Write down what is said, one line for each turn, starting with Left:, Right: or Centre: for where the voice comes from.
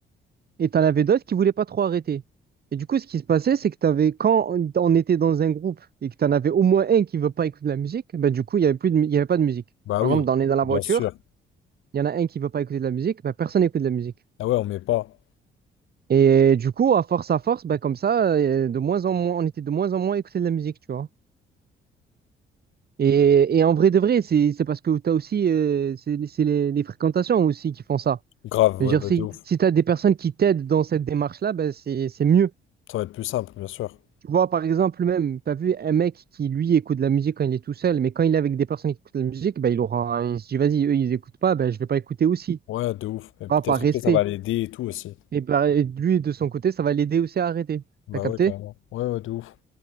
Right: Et t'en avais d'autres qui voulaient pas trop arrêter. Et du coup, ce qui se passait, c'est que t'avais, quand on on était dans un groupe et que t'en avais au moins un qui veut pas écouter de la musique, ben, du coup, il y avait plus de, mu- il y avait pas de musique.
Left: bah
Right: Par
Left: oui,
Right: exemple, dans, on est dans la
Left: bien
Right: voiture,
Left: sûr.
Right: il y en a un qui veut pas écouter de la musique, ben, personne n'écoute de la musique.
Left: Ah ouais, on met pas.
Right: Et du coup, à force à force, bah, comme ça, euh, de moins en moins, on était de moins en moins écouté de la musique, tu vois. Et, et en vrai de vrai, c'est c'est parce que tu as aussi, euh, c'est c'est les, les fréquentations aussi qui font ça.
Left: Grave,
Right: Je
Left: ouais,
Right: veux dire,
Left: bah,
Right: si,
Left: de ouf.
Right: si tu as des personnes qui t'aident dans cette démarche-là, bah, c'est c'est mieux.
Left: Ça va être plus simple, bien sûr.
Right: Tu vois, par exemple, même, tu as vu un mec qui, lui, écoute de la musique quand il est tout seul, mais quand il est avec des personnes qui écoutent de la musique, bah, il aura, il se dit, vas-y, eux, ils écoutent pas, bah, je vais pas écouter aussi.
Left: Ouais, de ouf. Et peut-être
Right: Ah, par respect.
Left: après, ça va l'aider et tout aussi.
Right: Et bah, lui, de son côté, ça va l'aider aussi à arrêter.
Left: Bah
Right: T'as capté?
Left: ouais, carrément. Ouais, ouais, de ouf.